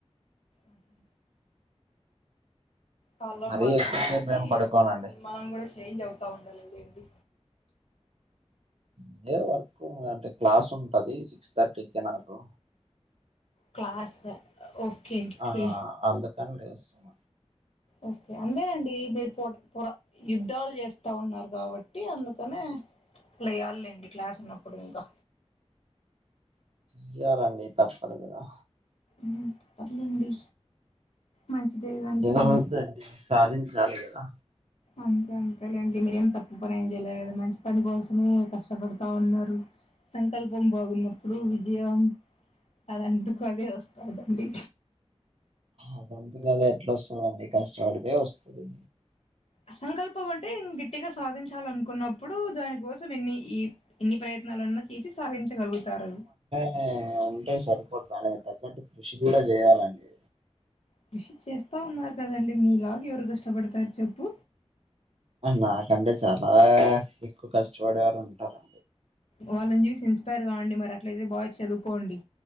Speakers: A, on the left; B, on the right.
A: ఆహ కాలం
B: మరీ
A: మారుతుండే
B: ఎక్కువసేపు
A: కొద్దీ
B: ఏం పడుకోనండి
A: మనం కూడా చేంజ్ అవుతా ఉండాల లేండి
B: ఇదే వర్క్ అంటే క్లాస్ ఉంటది సిక్స్ థర్టీకి నాకు
A: క్లాసా ఓకే ఓకే
B: ఆ ఆ అందుకని లేస్తున్న
A: ఓకే అందే అండి మీరు పోరా యుద్ధాలు చేస్తా ఉన్నారు కాబట్టి అందుకనే లేయాలేండి క్లాస్ ఉన్నప్పుడు ఇంకా
B: చెయ్యాలండి తప్పదు కదా
A: ఉమ్ పర్లేండి మంచిదే గాని
B: ఏదో
A: చేయడం.
B: ఒకతి అండి సాధించాలి కదా
A: అంతే అంతే లేండి మీరేం తప్పు పని ఏం చేయలే కదా మంచి పని కోసమే కష్టపడతా ఉన్నారు సంకల్పం బాగున్నప్పుడు విజయం అదంతకు అదే వస్తాదండి
B: అదంతకు అది ఎట్లా వస్తాదండీ కష్టపడితే వస్తది
A: అసంకల్పం అంటే గిట్టిగా సాధించాలనుకున్నప్పుడు దానికోసం ఎన్ని ఈ ఎన్ని ప్రయత్నాలన్నా చేసి సాధించగలుగుతారు
B: ఆ అది ఉంటే సరిపోద్దా దానికి తగ్గట్టు కృషి కూడా చెయ్యాలండి
A: కృషి చేస్తా ఉన్నారు కదండి మీలాగ ఎవరు కష్టపడతారు చెప్పు
B: నాకంటే చాలా ఎక్కువ కష్టపడేవారు ఉంటారు
A: వాళ్ళని చూసి ఇన్స్పైర్ కాండి మరి అట్లయితే బాగ చదువుకోండి